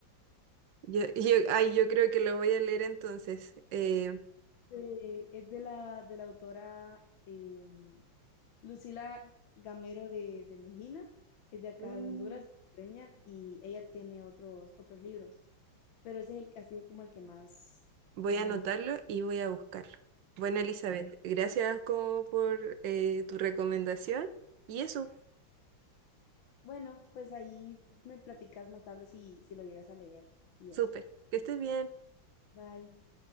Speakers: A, on the right (about 70°); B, on the left (about 75°).
A: Yo, yo, ay, yo creo que lo voy a leer entonces. Eh,
B: de- es de la, de la autora eh, Lucila Gamero de, de Mejina, es de acá
A: mm,
B: de Honduras, hondureña, y ella tiene otros, otros libros, pero ese es el que ha sido como el que más,
A: voy
B: más
A: a anotarlo
B: ha
A: y voy a buscarlo. Bueno, Elizabeth, gracias como por eh, tu recomendación. Y eso,
B: Bueno, pues ahí me platicas más tarde si, si lo llegas a leer y
A: súper.
B: eso.
A: Que estés bien.
B: Bye.